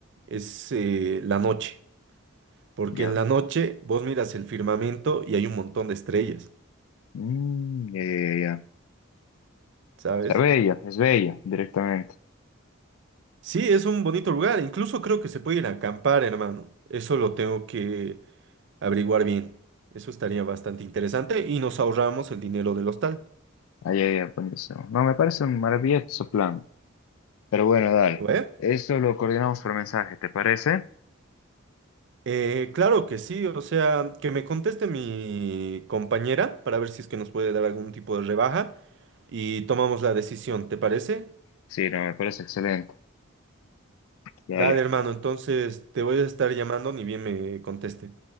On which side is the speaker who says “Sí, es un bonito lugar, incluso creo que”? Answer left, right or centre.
Right